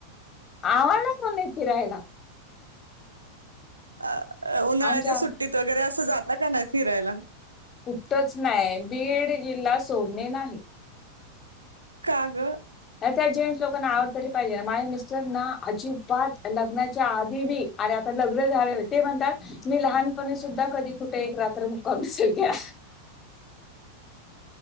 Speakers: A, on the left; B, on the right.
A: आम्हाला कोणय फिरायला.
B: अ अ उन्हाळ्याच्या
A: आमच्या
B: सुट्टीत वगैरे असं जाता का नाही फिरायला?
A: कुठच नाही बीड जिल्हा सोडणे नाही.
B: का ग?
A: त्या जेंट्स लोकांना आवड तरी पाहिजे, माझ्या मिस्टर ना अजिबात लग्नाच्या आधी बी अरे आता लग्न झालं ते म्हणतात, मी लहानपणी सुद्धा कधी कुठे एक रात्र मुक्काम नसेल केला.
B: <unintelligible>